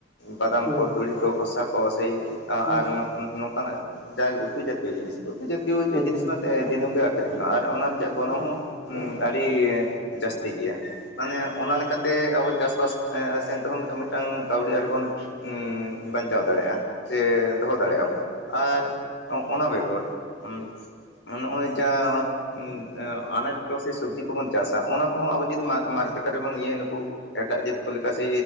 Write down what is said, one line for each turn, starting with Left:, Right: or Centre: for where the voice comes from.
Left: ᱵᱟᱫᱟᱢ
Centre: ᱦᱩᱸ
Left: ᱠᱚ,
Centre: ᱦᱩᱸ ᱦᱩᱸ
Left: ᱛᱩᱲᱤ ᱠᱚ, ᱠᱷᱚᱥᱟ ᱠᱚ, ᱥᱮᱭ ᱟᱨ
Centre: ᱦᱩᱸ
Left: ᱱᱚᱜ ᱱᱚᱝᱠᱟᱱᱟᱜ ᱡᱟᱜᱮ ᱩᱛᱩ ᱡᱟᱛᱤᱭᱚ ᱡᱤᱱᱤᱥ ᱩᱛᱩ ᱡᱟᱛᱤᱭ ᱡᱤᱱᱤᱥ
Centre: ᱦᱩᱸ
Left: ᱢᱟ ᱫᱤᱱᱟᱹᱢ ᱜᱮ ᱟᱹᱠᱷᱨᱤᱧᱚᱜᱼᱟ ᱟᱨ ᱚᱱᱟ ᱨᱮᱭᱟᱜ ᱜᱚᱱᱚᱝ ᱦᱚᱸ ᱩᱸ ᱟᱹᱰᱤ ᱡᱟᱹᱥᱛᱤ ᱜᱮᱭᱟ, ᱢᱟᱱᱮ ᱚᱱᱟ ᱞᱮᱠᱟ ᱛᱮ ᱟᱵᱚ ᱪᱟᱥᱵᱟᱥ ᱮᱸ ᱥᱮᱱ ᱛᱮᱦᱚᱸ ᱢᱤᱫᱴᱟᱝ ᱠᱟᱹᱣᱰᱤ ᱟᱹᱨᱤ ᱵᱚᱱ ᱩᱸ ᱵᱟᱧ ᱪᱟᱣ ᱫᱟᱲᱮᱭᱟᱜᱼᱟ, ᱥᱮ ᱫᱚᱦᱚ ᱫᱟᱲᱮᱭᱟᱜᱼᱟ ᱵᱚᱱ᱾ ᱟᱨ ᱚᱱᱟ ᱵᱮᱜᱚᱨ ᱚᱢ ᱱᱚᱜᱼᱚᱭ ᱡᱟ ᱚᱸ ᱚᱸ ᱟᱱᱟᱡ ᱠᱚ ᱥᱮ ᱥᱚᱵᱡᱤ ᱠᱚᱵᱚᱱ ᱪᱟᱥᱟ ᱚᱱᱟ ᱠᱚᱦᱚᱸ ᱟᱵᱚ ᱡᱩᱫᱤ ᱢᱟ-ᱢᱟᱨᱠᱮᱴᱟᱨᱤ ᱵᱚᱱ ᱤᱭᱟᱹᱭᱟ ᱱᱩᱠᱩ ᱮᱴᱟᱜ ᱡᱟᱹᱛ ᱠᱚ ᱞᱮᱠᱟ ᱥᱮ